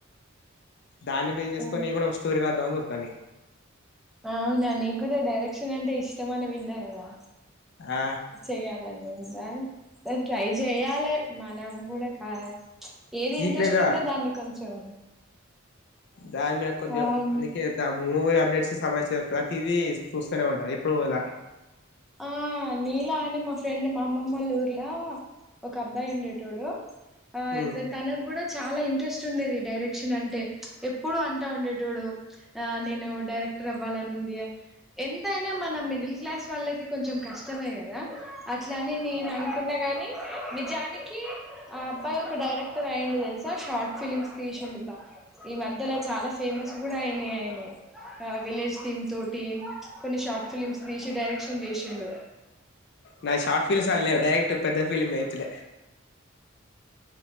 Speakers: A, on the left; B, in the centre.
A: దాన్ని బేస్ చేసుకొని
B: ఓ
A: నేన్ కూడా <unintelligible>
B: అవునా నీ గూడా డైరెక్షన్ అంటే ఇష్టం అని విన్నా గదా
A: ఆ
B: చెయ్యాలని ఉందా ట్రై చెయ్యాలే మనం గూడా కా ఏది
A: సీక్రెట్
B: ఇంట్రెస్ట్
A: గా
B: ఉంటే దాన్ని కొంచెం
A: దాని మీద కోద్దిగా
B: ఆమ్
A: అందుకే దం మూవీ అప్డేట్స్ కి సంబంధించిన ప్రతిదీ చూస్తునే ఉంటా ఎప్పుడు అలా
B: ఆ నీలా అండి మా ఫ్రెండ్ మా అమ్మమ్మల ఊర్లో ఒక అబ్బాయి ఉండే ఉంటడు ఆ
A: ఉమ్
B: తనకు గూడా చాలా ఇంట్రెస్ట్ ఉండేది. డైరెక్షన్ అంటే ఎప్పుడు అంటావుండేటోడు అ నేను డైరెక్ట్ డైరెక్టర్ అవ్వాలని ఉంది ఎంతైనా మన మిడిల్ క్లాస్ వాళ్ళకి కొంచెం కష్ టమే గదా అట్లని నేను అనుకున్నా కాని నిజానికి ఆ అబ్బాయి ఒక డై డైెరెక్టర్ అయ్యిండు తెలుసా. షార్ట్ ఫిలిమ్స్ తీసిండు బా ఈ మధ్యల చాలా ఫేమస్ కూడా అయినయ్ అయినయ్ ఆ విలేజ్ థీమ్ తో టీమ్ కొన్ని షార్ట్ ఫిలిమ్స్ తీసి డైరెక్షన్ జేసిండు.
A: నా షార్ట్ ఫీల్మ్స్ అన్లేవ్ డైరెక్ట్ పెద్ద ఫీల్మ్ ఏతులే